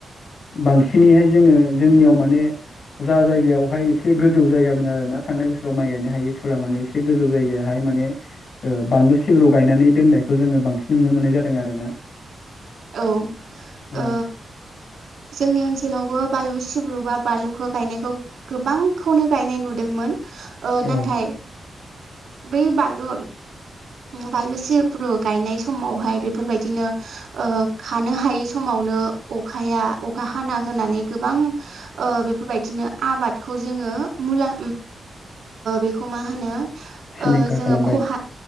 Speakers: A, on the left; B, on the right.
A: बांसिनैहाय जोंङो जोंनियाव माने जा जायगायावहाय एसे गोजौ जायगामोन आरो ना थांनाय बोसोराव माइ गायनो हायोफोरा माने एसे गोजौ जायगायावहाय माने बानलु सिब्रु गायनानै दोननायखौ जोङो बांसिन नुनो मोननाय जादों आरो ना
B: औ
A: औ
B: ओ जोंनि ओनसोलावबो बानलु सिब्रु बा बानलुखौ गायनायखौ गोबांखौनो गायनाय नुदोंमोन
A: औ
B: नाथाय बेै बालु बानलु सिब्रु गायनाय समावहाय बेफोरबायदिनो खानो हायै समावनो अखाया अखा हाना होनानै गोबां बेफोरबायदिनो आबादखौ जोंङो मुला बेखौ मा होनो
A: सिलिंखार
B: जोंङो
A: खालामबाय
B: खहा